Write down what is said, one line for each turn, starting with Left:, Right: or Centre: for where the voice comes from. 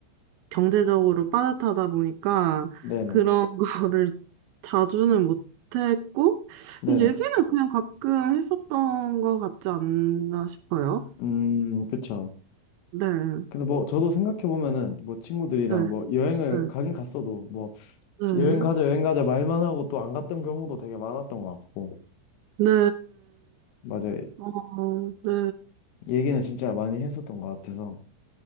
Right: 경제적으로 빠듯하다 보니까
Left: 네네.
Right: 그런 <laughs> 거를 자주는 못했고
Left: 네네.
Right: 얘기는 그냥 가끔 했었던 것 같지 않나 싶어요.
Left: 음, 그쵸.
Right: 네,
Left: 근데 뭐, 저도 생각해보면은, 뭐, 친구들이랑
Right: 네,
Left: 뭐, 여행을
Right: 네,
Left: 가긴 갔어도, 뭐,
Right: 네,
Left: 여행 가자, 여행 가자 말만 하고 또 안 갔던 경우도 되게 많았던 것 같고,
Right: 네,
Left: 맞아요.
Right: 어, 네.
Left: 얘기는 진짜 많이 했었던 것 같아서,